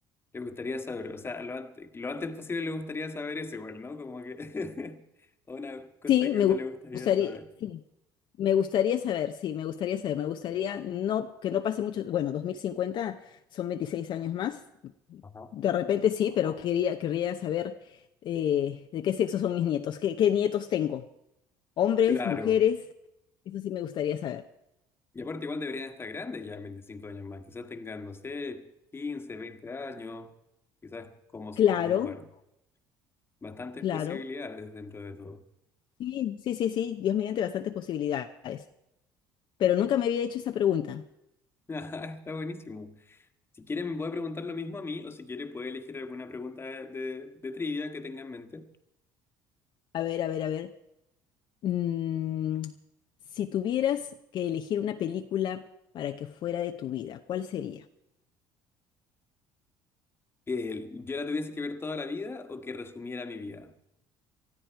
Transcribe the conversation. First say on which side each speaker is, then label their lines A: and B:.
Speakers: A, on the left (about 25°); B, on the left (about 55°).
A: Le gustaría saber, o sea, lo antes, lo antes posible le gustaría saber eso igual, ¿no? Como que <laughs> una cosa
B: Sí,
A: que
B: me
A: uno
B: gu-
A: le gustaría
B: gustaría,
A: saber.
B: sí, me gustaría saber, sí, me gustaría saber, me gustaría no, que no pase mucho, bueno, 2050 son 26 años más,
A: Ajá.
B: de repente sí, pero quería, querría saber eh, de qué sexo son mis nietos, qué, qué nietos tengo, hombres,
A: Claro.
B: mujeres, eso sí me gustaría saber.
A: Y aparte igual deberían estar grandes ya, en 25 años más. Quizás tengan, no sé, 15 20 años. Quizás como son,
B: Claro,
A: bueno. Bastantes
B: claro.
A: posibilidades dentro de todo.
B: Sí, sí, sí, sí, Dios mediante bastantes posibilidades. Pero nunca me había hecho esa pregunta.
A: <laughs> Está buenísimo. Si quiere me puede preguntar lo mismo a mí o si quiere puede elegir alguna pregunta de, de trivia que tenga en mente.
B: A ver, a ver, a ver. Mm, si tuvieras que elegir una película para que fuera de tu vida, ¿cuál sería?
A: Que yo la tuviese que ver toda la vida o que resumiera mi vida.